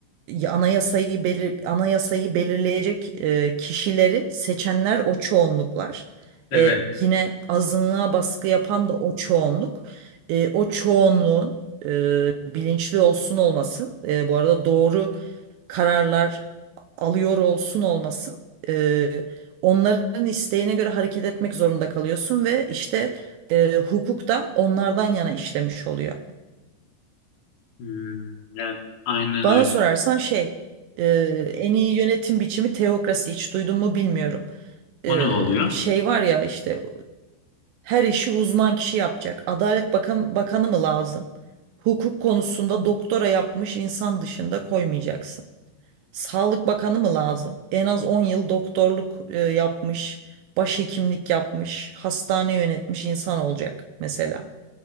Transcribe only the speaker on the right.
anayasayı belir anayasayı belirleyecek e, kişileri seçenler o çoğunluklar.
E, yine azınlığa baskı yapan da o çoğunluk. E, o çoğunluğun e, bilinçli olsun olmasın. E, bu arada doğru kararlar alıyor olsun olmasın e, onların isteğine göre hareket etmek zorunda kalıyorsun ve işte e, hukuk da onlardan yana işlemiş oluyor.
Bana
sorarsan şey e, en iyi yönetim biçimi teokrasi hiç duydun mu bilmiyorum.
E,
şey var ya işte her işi uzman kişi yapacak. Adalet Bakan, Bakanı mı lazım? Hukuk konusunda doktora yapmış insan dışında koymayacaksın. Sağlık Bakanı mı lazım? En az 10 yıl doktorluk e, yapmış, başhekimlik yapmış, hastane yönetmiş insan olacak mesela.